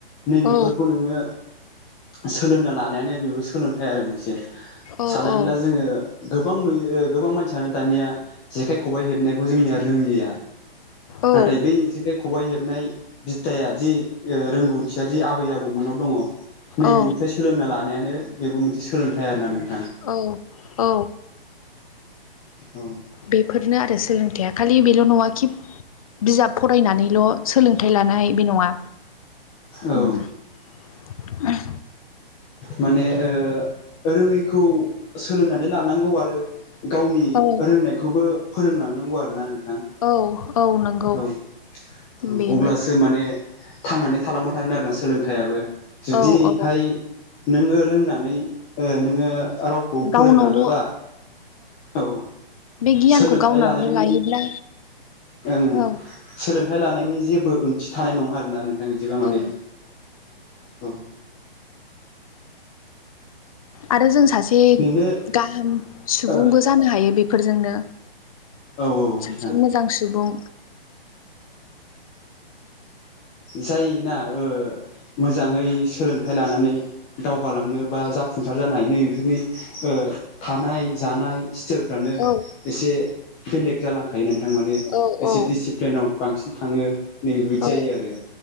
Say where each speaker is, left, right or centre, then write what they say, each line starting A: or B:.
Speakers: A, on the left (about 20°); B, on the left (about 35°).
A: नैबेफोरखौ
B: औ
A: नोंङो सोलोंना लानायानो बेबो सोलोंथाइ आरो मोनसे
B: औ
A: साननानै
B: औ
A: ला जोंङो गोबां नुयो ओ गोबां मानसि आरो दानिया जेखाइ खबाइ हेबनायखौ जोंनिया रोंलिया
B: औ
A: नाथाय बै जेखाइ खबाइ हेबनाय बिध्दाया जि ओ रोंगौथिया दि आबै आबौ मोनाव दंङ, नैबेनिफ्राय
B: औ
A: सोलोंना लानायानो बेबो मोनसे सोलोंथाइ आरो ना नों
B: औ औ
A: औ
B: बे फोरनो आरो सोलोंथाया खालि बेल नंङा खि बिजाब फरायनानैल सोलों थाय लानाय बे नंङा
A: औ
B: उम
A: माने ओ रोंङैखौ सोलोंनानै लानांगौ आरो गावनि
B: औ
A: रोंनायखौबो फोरोंलांनांगौ आरो ना नों
B: औ औ नंगौ
A: औ औ
B: बेनो
A: अब्लासो माने थांनानै थालांबाय थागोन आरो ना सोलोंथायाबो जुदिहाय
B: औ औ
A: नोंङो रोंनानै ओ नोंङो रावखौबो फोरोंलांङाबा
B: गावनावल'
A: औ
B: बे गियानखौ
A: सोलोंथाइ
B: गावनानै
A: लानायनि
B: लायोब्ला
A: ओं
B: औ
A: सोलोंथाइ लानायनि जेबो ओंथि थानाय नंङा आरोना नों नों बिदिबा माने
B: औ
A: औ
B: आरो जों सासे
A: बेनो
B: गाहाम सुबुंबो
A: ओ
B: जानो हायो बेफोरजोंनो
A: औ नोंथां
B: सासे मोजां सुबुं
A: जायोना ओ मोजांङै सोलोंथाइ लानानै दावगालांनो बा जा फुंसार जानो हायो नैबेफोरनि ओ थानाय जानाय स्टेइलफ्रानो
B: औ
A: एसे बेलेग जालां थायो नोंथां माने
B: औ
A: एसे
B: औ
A: डिसिप्लिनाव बांसिन थाङो नै बायदि
B: औ
A: जायो आरो